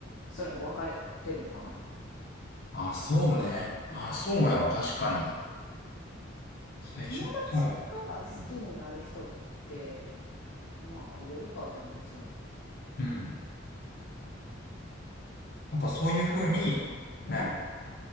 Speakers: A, on the left; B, on the left.
A: それも分かれてるんかな
B: あ、そうね。
A: あまあ
B: あ、そうやわ、確かに。最初から。
A: 友達から好きになる人って
B: うん。
A: まあありえるかでも別に
B: うん。なんかそういうふうに、
A: えーうん
B: なんやろ。